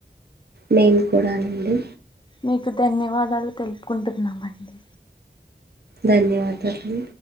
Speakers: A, on the right (about 65°); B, on the left (about 25°).
A: మేమ్ కూడా అండి
B: మీకు ధన్యవాదాలు తెలుపుకుంటున్నామండి
A: ధన్యవాదాలు